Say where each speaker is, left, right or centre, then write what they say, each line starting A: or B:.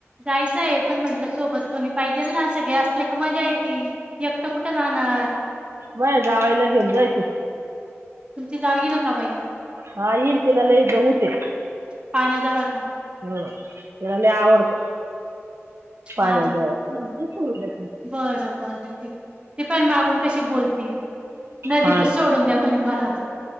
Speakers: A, on the right; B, on the right.
A: जायचं आहे पण म्हंटलं सोबत कोणी पाहिजेल ना सगळे असल कि मजा येते एकटं कुठं जाणार.
B: तुझ्या जावेला घेऊन जाय
A: तुमची जाऊ येईल का बाई?
B: हा तिला लय उत आहे.
A: पाण्याजवळ का
B: हम् तिला लई आवडतं. पाण्याजवळ
A: हा ना. बरं बरं ठीक ती पण मागून कशी बोलती नदी
B: हा
A: तर
B: ना
A: सोडून द्या म्हणे मला.